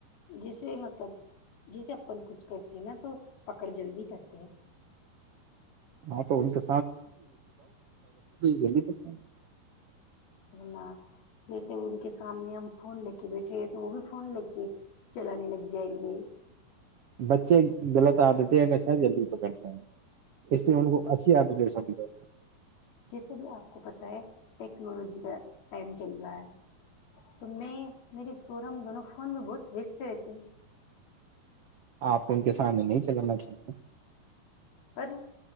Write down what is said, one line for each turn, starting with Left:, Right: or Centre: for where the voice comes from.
Left: جیسے مطلب جیسے اپن کچھ کرتے ہیں نا تو پکڑ جلدی کرتے ہیں
Right: ہاں تو تو جلدی پکیں
Left: نا جیسے ان کے سامنے ہم فون لے کے بیٹھے رہے تو وہ بھی فون لے کے چلانے لگ جائیں گے
Right: بچے غلط آادتے ہمیشہ جلدی پکڑتے ہیں اس لیے ان کو اچھی عادتیں سمجھو
Left: جیسے بھی آپ کو پتا ہے ٹیکنالوجی کا ٹائم چل رہا ہے تو میں میرے سور ہم دونوں فون میں بہت ویسٹ رہتے ہیں
Right: آپ کو ان کے سامنے نہیں چلانا چاہیے
Left: پر